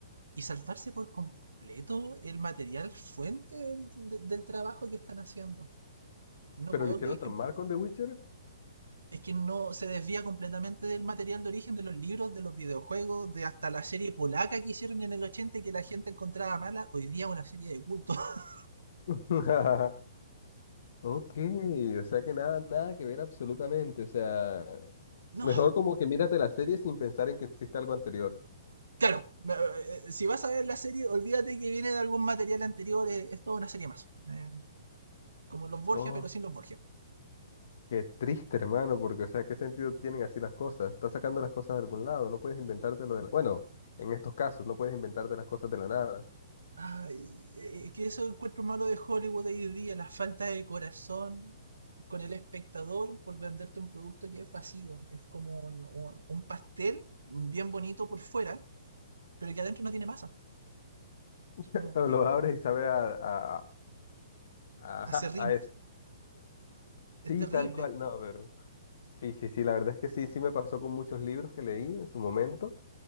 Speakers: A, on the right; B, on the left.
A: y saltarse por completo el material fuente del, de- del trabajo que están haciendo. No
B: Pero
A: puedo
B: lo hicieron
A: creer
B: tan
A: que
B: mal con The Witcher.
A: es que no se desvía completamente del material de origen de los libros, de los videojuegos, de hasta la serie polaca que hicieron en el 80 y que la gente encontraba mala, hoy día una serie de culto. <laughs>
B: <laughs> Ok, o sea que nada, nada que ver absolutamente. O sea,
A: no,
B: mejor como que mírate la serie sin pensar en que existe algo anterior.
A: claro, eh, eh, si vas a ver la serie, olvídate que viene de algún material anterior, es, es toda una serie más. Eh, como los Borgia,
B: Oh,
A: pero sin los Borgia.
B: qué triste, hermano, porque, o sea, ¿qué sentido tienen así las cosas? Estás sacando las cosas de algún lado, no puedes inventarte lo de la... Bueno, en estos casos, no puedes inventarte las cosas de la nada.
A: Ay, eh, es que eso encuentro malo de Hollywood hoy día, la falta de corazón con el espectador por venderte un producto que es vacío, es como un, un un pastel bien bonito por fuera, pero que adentro no tiene masa.
B: <laughs>
A: Es como un
B: O
A: hueco.
B: lo abres y sabe a, a, a, ajá,
A: Acerrín.
B: a eso.
A: Es
B: Sí,
A: terrible.
B: tal cual, no, pero... Sí, sí, sí, la verdad es que sí, sí me pasó con muchos libros que leí en su momento.